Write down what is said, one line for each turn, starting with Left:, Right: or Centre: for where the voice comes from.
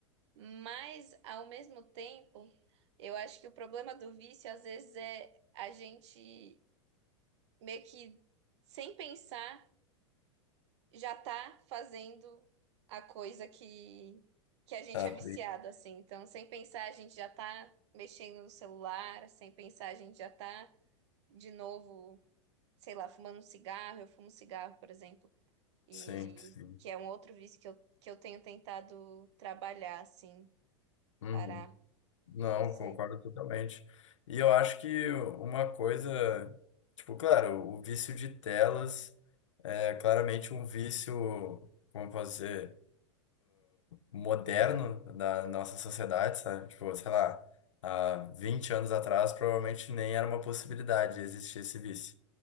Right: mas ao mesmo tempo, eu acho que o problema do vício, às vezes, é a gente meio que sem pensar. já tá fazendo a coisa que, que a gente
Left: Tá,
Right: é viciado, assim. Então, sem pensar, a gente já tá mexendo no celular, sem pensar, a gente já tá de novo, sei lá, fumando um cigarro. Eu fumo cigarro, por exemplo, e
Left: Sim, sim.
Right: que é um outro vício que eu, que eu tenho tentado trabalhar, assim,
Left: Uhum.
Right: parar.
Left: Não,
Right: Não sei.
Left: concordo totalmente. E eu acho que uma coisa, tipo, claro, o vício de telas é claramente um vício, como fazer, moderno da nossa sociedade, sabe? Tipo, sei lá, há 20 anos atrás provavelmente nem era uma possibilidade de existir esse vício.